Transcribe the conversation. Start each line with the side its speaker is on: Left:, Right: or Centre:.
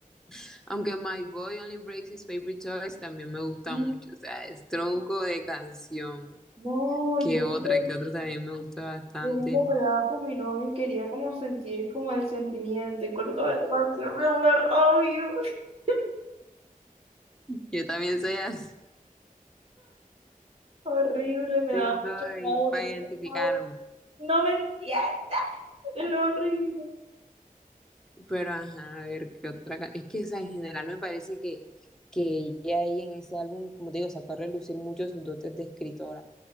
Centre: <laughs> Aunque My Boy Only Breaks His Favorite Toys también me gusta
Right: Y
Centre: mucho. O sea, es tronco de canción.
Right: No,
Centre: Que
Right: yo cuando,
Centre: otra, que otra también me gusta bastante.
Right: yo cuando peleaba con mi novio y quería como sentir como el sentimiento y colocaba la canción me da una rabia <laughs>
Centre: Yo también soy así.
Right: horrible, me daba
Centre: Sí, soy
Right: mucha rabia
Centre: para
Right: porque
Centre: identificarme.
Right: no, no me entiende, era horrible.
Centre: Pero ajá, a ver qué otra. ca- Es que o sea, en general me parece que, que ella ahí en ese álbum, como te digo, sacó a relucir mucho sus dotes de escritora.